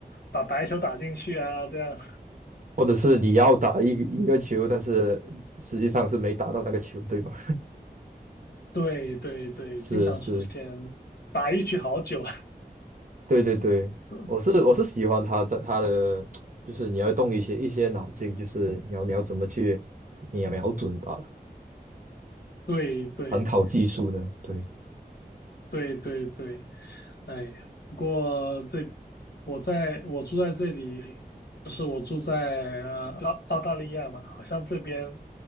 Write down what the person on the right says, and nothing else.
或者是你要打一一个球，但是实际上是没打到那个球，对吧？
是是，
对对对，
我是我是喜欢他的他的，就是你要动一些一些脑筋，就是你要你要怎么去瞄瞄准吧，
很考技术的，对，